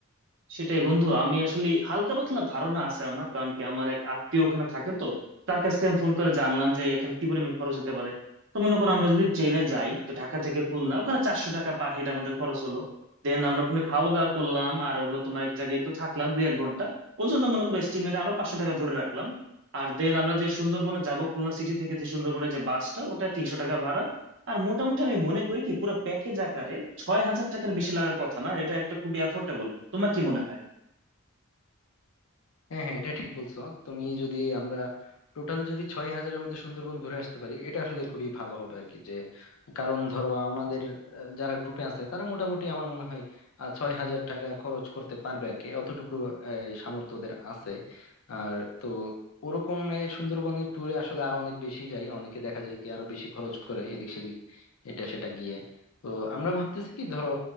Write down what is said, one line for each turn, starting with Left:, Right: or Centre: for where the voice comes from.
Right: সেটাই বন্ধু আমি আসলে হালকা পাতলা ধারণা আছে আমার কারণ কি আমার এক আত্মীয় ওখানে থাকে তো তার কাছ থেকে আমি ফোন করে জানলাম যে এখানে কি পরিমাণ খরচ হতে পারে তো মনে করো আমরা যদি ট্রেনে যাই তো ঢাকা থেকে খুলনা ওখানে চারশো টাকা পার হেড আমাদের খরচ হলো দেন আমরা ওখানে খাওয়া দাওয়া করলাম আর হলো তোমার এক জায়গায় একটু থাকলাম দুই এক ঘন্টা ওই জন্য মনে করো এস্টিমেট আরো পাঁচশো টাকা ধরে রাখলাম আর দেন আমরা যে সুন্দরবনে যাব খুলনা সিটি থেকে যে সুন্দরবনে যে বাসটা ওটা তিনশো টাকা ভাড়া আর মোটামুটি আমি মনে করি কি পুরো প্যাকেজ আকারে ছয় হাজার টাকার বেশি লাগার কথা না আর এটা একটা খুবই অ্যাফোর্ডেবল তোমার কি মনে হয়
Left: হ্যাঁ হ্যাঁ এটা ঠিক বলছো তুমি যদি আমরা টোটাল যদি ছয় হাজারের মধ্যে সুন্দরবন ঘুরে আসতে পারি এটা আসলে খুবই ভালো হবে আর কি যে কারণ ধরো আমাদের আহ, যারা গ্রুপে আছে তারা মোটামুটি আমার মনে হয় আহ, ছয় হাজার টাকা খরচ করতে পারবে আর কি অতটুকু আহ, এই সামর্থ্য ওদের আছে আর তো ওরকম আহ, সুন্দরবনের ট্যুরে আসলে আরো অনেক বেশি যায় অনেকে দেখা যায় কি আরো বেশি খরচ করে এদিক সেদিক এটা সেটা গিয়ে তো আমরা ভাবতেছি কি ধরো